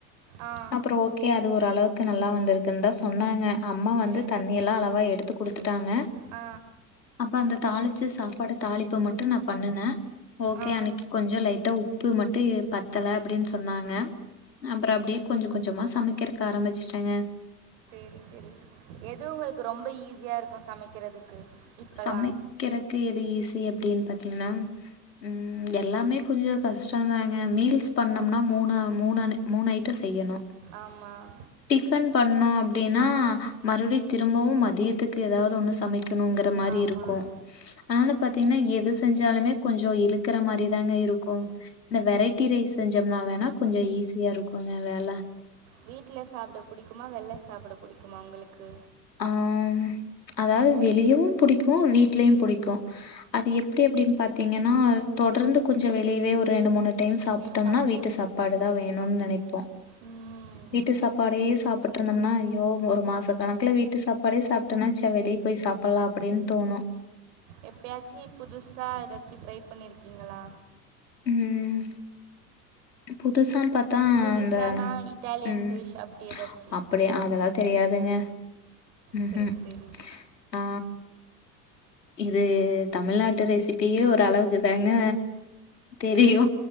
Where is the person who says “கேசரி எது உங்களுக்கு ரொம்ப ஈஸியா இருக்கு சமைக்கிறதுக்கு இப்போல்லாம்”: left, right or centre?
Right